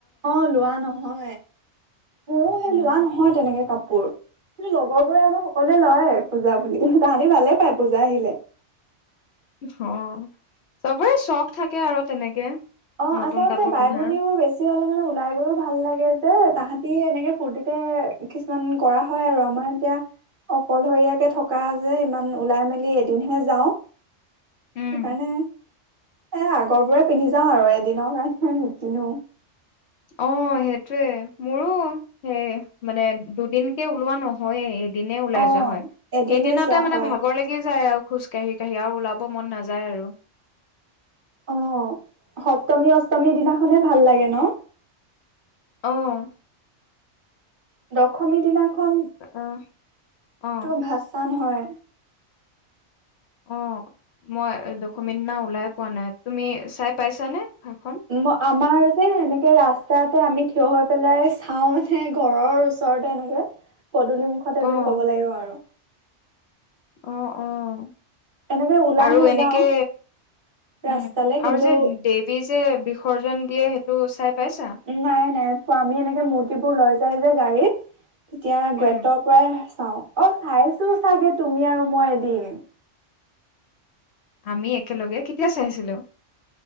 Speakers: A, on the right; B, on the left.
A: অ, লোৱা নহয় মোৰো সেই
B: উম,
A: লোৱা নহয় তেনেকে কাপ পোৰ <unintelligible> লগৰ বোৰে আকৌ সকলোৱে লয় পূজা বুলি তাহাঁতি ভালে পায় পূজা আহিলে।
B: <unintelligible> চবৰে চখ থাকে আৰু তেনেকে।
A: অ,
B: নতুন
A: আচলতে
B: কাপোৰ
A: বাই
B: পিন্ধাৰ
A: ভনীও বেছি হলে মানে ওলাই গৈও ভাল লাগে যে তাহাঁ ই এনেকে ফূৰ্তিতে কিছুমান কৰা হয় আৰু আমাৰ এতিয়া অকলশৰীয়াকে থকা যে ইমান ওলাই মেলি এদিনহে যাওঁ।
B: উম।
A: সেইকাৰণে এ আগৰ বোৰে পিন্ধি যাওঁ আৰু এদিনৰ কাৰণেহে নিকিনো।
B: অ সেইটোৱে মোৰো সেই মানে দুদিনকে ওলোৱা নহয়ে এদিনে ওলাই
A: অ
B: যোৱা হয়,
A: এদিনে
B: এদিনতে
A: যোৱা
B: মানে
A: হয়
B: ভাগৰ লাগি যায় আৰু খোজ কাঢ়ি কাঢ়ি আৰু ওলাব মন নাযায় আৰু।
A: অ সপ্তমী অষ্টমীৰ দিনাখনে ভাল লাগে ন?
B: অঁ।
A: দশমী দিনাখন,
B: অ', অ',
A: ত ভাচান হয়।
B: অঁ মই দশমী দিনা ওলাই পোৱা নাই, তুমি চাই পাইছানে? ভাষণ?
A: ম আমাৰ যে এনেকে ৰাস্তাতে আমি থিয় হৈ পেলাই চাওঁ মানে ঘৰৰ ওচৰতে এনেকে। পদূলি মুখতে
B: অ',
A: বুলি ক'ব লাগিব আৰু।
B: অঁহ অঁ।
A: এনেকে ওলাই
B: আৰু
A: নাযাও
B: এনেকে
A: ৰাস্তালে
B: উম
A: কিন্তু
B: আৰু যে দেৱী যে বিসৰ্জন দিয়ে টো চাই পাইছা?
A: নাই নাই আমি এনেকে মূৰ্তিবোৰ লৈ যাই যে গাড়ীত তেতিয়া
B: উম,
A: গুৱেটৰ পৰাই চাওঁ অ', চাইছোঁ চাগে তুমি আৰু মই এদিন।
B: আমি একেলগে কেতিয়া চাইছিলোঁ?